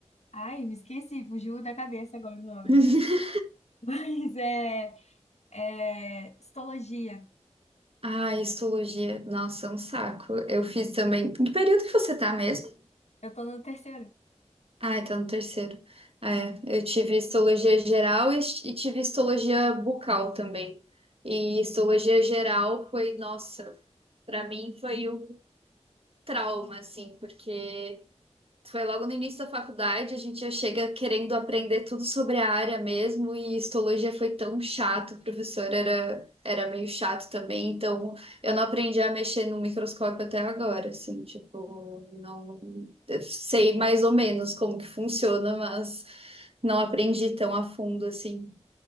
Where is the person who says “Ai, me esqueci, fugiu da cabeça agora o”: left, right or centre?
Left